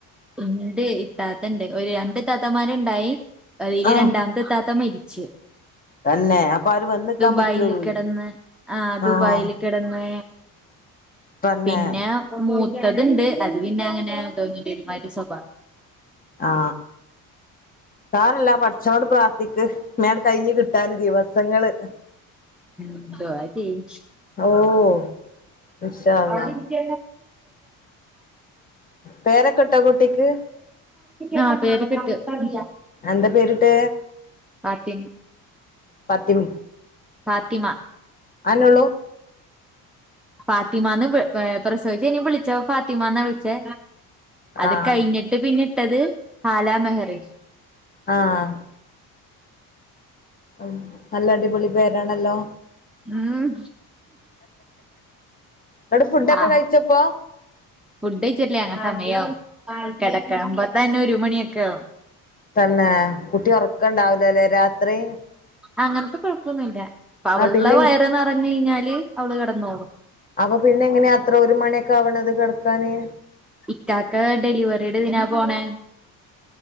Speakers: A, in the centre; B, on the left.
A: ഇണ്ട് ഇത്താത്തണ്ട് ഒരു രണ്ട് താത്തമാര്ണ്ടായി അയില്
B: ആഹ്
A: രണ്ടാമത്തെ ഇത്താത്ത മരി ച്ച്
B: തന്നെ അപ്പൊ ആര് വന്ന്ക്കാൻ
A: ദുബായിൽ
B: പറ്റൂലല്ലോ
A: കെടന്ന് ആ ദുബായിൽ
B: ആഹ്
A: കെടന്ന്
B: തന്നെ
A: പിന്നെപ്പംമൂത് തുണ്ട് അത് പിന്നെ അങ്ങനെ അതെ ഒരുമാതിരി സ്വഭാവാ
B: ആ സാരല്ല പടച്ചോനോട് പ്രാർഥി ക്ക് മേങ്ങട് കഴിഞ്ഞു കിട്ടൻ ദിവസങ്ങള്
A: ഉംദുആ ചെയ്യ്
B: ഓഹ് ഇൻഷാ അള്ളാ
A: അവിടെരിക്ക
B: പേരൊക്കെ ഇട്ടോ കുട്ടിക്ക്
A: അവിടെക്ക <unintelligible>
B: എന്ത പേര്ട്ടെ?
A: ഫാത്തിമ
B: ഫാത്തിമ
A: ഫാത്തിമ
B: അനുള്ളൂ
A: ഫാത്തിമന്ന് പ്രസവിച്ച ഇനി വിളിച്ചോ ഫാത്തിമന്ന വിളിച്ചേ അത്
B: ആഹ്
A: കഴിഞ്ഞിട്ട് പിന്നെ ഇട്ടത് ഹാലാ മെഹറി
B: ആഹ് ഉം നല്ല അടിപൊളി പേരാണല്ലോ
A: ഉം
B: ന്നട്ട് ഫുഡൊക്കെ
A: ആഹ്
B: കഴിച്ചപ്പോ
A: ഫുഡച്ചല്ലേ സമയംആവും ആഹ് കിടക്കുമ്പത്തന്നെ ഒരു മണിയൊക്കെ ആവും
B: തന്നെ കുട്ടി ഉറക്കണ്ടാവലല്ലേ രാത്രി
A: അങ്ങൻത്തെ കൊഴപ്പൊന്നുല്ലപ്പ
B: ആ
A: അവളുടെ
B: പിന്നെ
A: വയറ് നിറഞ്ഞഞ് കഴിഞ്ഞാല് അവള് കിടന്നോളും.
B: അപ്പൊ പിന്നെ എങ്ങനെയാ അത്ര ഒരു മണിയൊക്കെ ആവണത് കിടക്കാന്.
A: ഇക്കക്കെ ഡെലിവറിയുടെ ദിനാ പോണേ